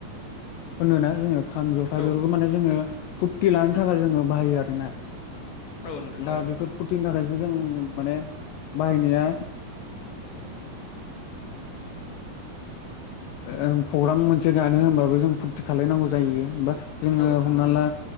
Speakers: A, on the left; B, on the left.
A: होनोना जोङो खाम-जथा
B: औ
A: बेफोरखौ माने जोङो फुरथि लानो थाखाय जोङो बाहायो आरोना
B: औ नोंथां
A: दा
B: औ
A: बेफोर फुरथिनि थाखाय जों मानो बाहायनाया ओ प्रग्राम मोनसे गानो होनबाबो जों फुरथि खालायनांगौ जायो बा जोङो
B: औ नोंथां
A: हमना ला